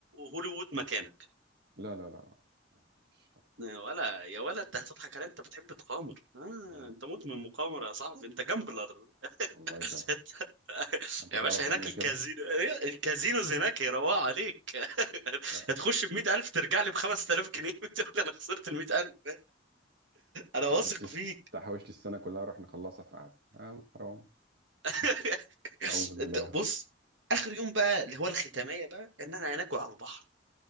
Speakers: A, on the right; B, on the right.
A: هوليوود مكانك
B: لا لا لا لا ما بحبش طبعا
A: يا ولا يا ولا انت هتضحك علي انت بتحب تقامر آه
B: لا، لا.
A: انت مدمن مقامرة يا صاحبي انت جامبلر <laughs>
B: الله يسامحك
A: انت-
B: أنت
A: يا
B: تعرف
A: باشا هناك
B: عني
A: الكازينو
B: كده
A: الكازينوز هناك يروقوا عليك <laughs>
B: لا
A: هتخش
B: لا
A: ب 100000 ترجع لي ب 5000 جنيه <laughs> وتقول انا خسرت ال 100000 انا واثق
B: تحوشت الس...
A: فيك
B: تحوشت السنة كلها راح نخلصها في قعدة آه حرام
A: <laughs>
B: أعوذ بالله
A: انت بص اخر يوم بقى اللي هو الختامية بقى ان انا هناكل على البحر